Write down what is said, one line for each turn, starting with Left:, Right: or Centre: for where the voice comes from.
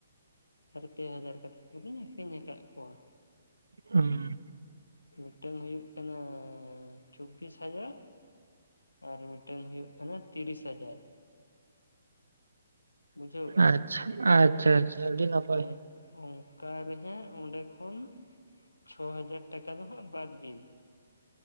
Left: ᱟᱨ ᱯᱮ ᱦᱟᱡᱟᱨ ᱠᱟᱛᱮᱫ ᱫᱚᱞᱤᱧ ᱟᱹᱠᱷᱨᱤᱧ ᱠᱟᱜ ᱠᱚᱣᱟ᱾
Right: ᱦᱩᱸ
Left: ᱢᱤᱫᱴᱮᱝ ᱦᱩᱭᱩᱜ ᱠᱟᱱᱟᱻ ᱪᱚᱵᱵᱤᱥ ᱦᱟᱡᱟᱨ᱾ ᱟᱨ ᱢᱤᱫᱴᱮᱝ ᱦᱩᱭᱩᱜ ᱠᱟᱱᱟ ᱛᱤᱨᱤᱥ ᱦᱟᱡᱟᱨ ᱵᱩᱡᱷᱟᱣ᱾
Right: ᱟᱪᱪᱷᱟ ᱟᱪᱪᱷᱟ ᱟᱪᱪᱷᱟ ᱟᱹᱰᱤ ᱱᱟᱯᱟᱭ
Left: ᱦᱩᱸ ᱚᱝᱠᱟ ᱨᱮᱦᱟᱸᱜ ᱚᱸᱰᱮ ᱠᱷᱚᱱ ᱪᱷᱚ ᱦᱟᱡᱟᱨ ᱴᱟᱠᱟ ᱫᱚ ᱦᱟᱸᱜ ᱵᱟᱫᱽ ᱵᱤᱱ᱾